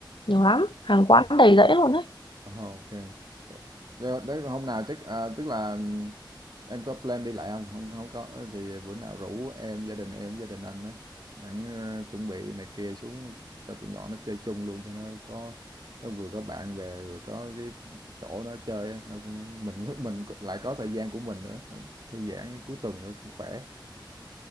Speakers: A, on the left; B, on the right.
A: nhiều lắm, hàng quán
B: ờ.
A: đầy rẫy luôn ấy.
B: Ồ, OK. Đ đấy hôm nào chắc à, tức là, ừm, em có plan đi lại không không hông có thì bữa nào rủ em, gia đình em, gia đình anh á, sẵn, ơ, chuẩn bị này kia xuống cho tụi nhỏ nó chơi chung luôn cho nó có nó vừa có bạn bè, vừa có cái chỗ nó chơi á, nó cũng mình <laughs> mình lại có thời gian của mình nữa, ờ, thư giãn cuối tuần nữa cũng khỏe.